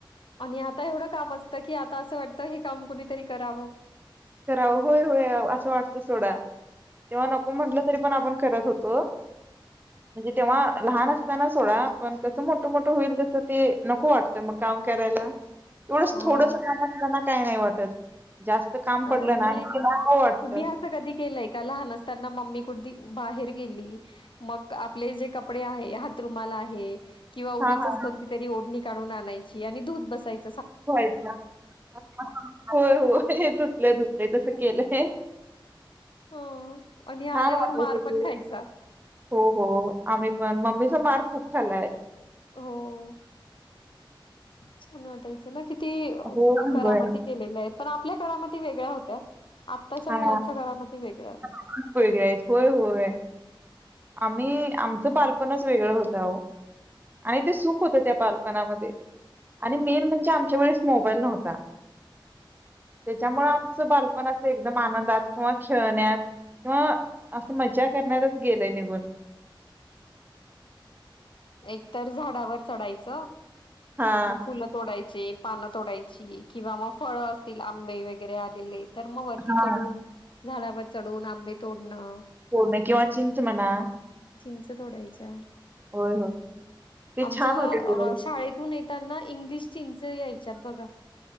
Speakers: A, on the left (about 70°); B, on the right (about 20°).
A: आणि आता एवढ काम असत की आता अस वाटत हे काम कणीतरी करावं.
B: करा होय होय असं वाटत सोडा. तेव्हा नको म्हटलं तरी पण आपण करत होतो म्हणजे तेव्हा लहान असताना सोडा पण कसं मोठं मोठ होईल तसं ते नको वाटतं मग काम करायला. एवढंच
A: हां.
B: थोडस काम असल ना. काय नाही वाटत जास्त काम पडलं
A: आणि
B: ना की नको वाटतं.
A: तुम्ही अस कधी केलंय का लहान असताना मम्मी कुठ. बाहेर गेली. मग आपले जे कपडे कपडे आहे हातरूमाला आहे. किंवा
B: हा
A: उगाचच
B: हा
A: कोणतीतरी ओढणी काढून आणायची आणि धुत बसायची.
B: होय होय. धुतलय धुतलय तसं केलंय.
A: हो आणि
B: छान
A: आल्यावर
B: वाटतयच
A: मार पण
B: ते,
A: खायचा
B: हो हो आम्ही पण मम्मीचा मार् खूप खालाय.
A: हो. छान वाटायचं ना किती
B: होय
A: करामती
B: होय
A: केलेल्यात, पण आपल्या करामती वेगळ्या होत्या. आत्ताच्या
B: हा.
A: मुलांच्या काळा मध्ये वेग
B: खूप वेगळ्यायेत होय होय. आम्ही आमचं बालपणच वेगळं होत आहो, आणि ते सुख होतं त्या बालपणामध्ये, आणि मेन म्हणजे आमच्या वेळेस मोबाईल नव्हता, त्याच्यामुळे आमचं बालपण असं एकदम आनंदात किंवा खेळण्यात किंवा असं मजा करण्यातच गेलय निघून.
A: एक तर झाडावर चढायचं.
B: हा.
A: फुलं तोडाय ची पानं तोडायची. किंवा मग फळं असतील आंबे वै वगैर आलेले. तर मग वरती
B: हा
A: चढून, झाडावर चढून आंबे तोडणं.
B: बोर किंवा चिंच म्हणा
A: चिंच तोडायच्या
B: होय होय. ते
A: आमच्या
B: छान होते दिवस.
A: अ शाळेतून नाही तेना इंग्लिश चिंच यायच्यात बघा.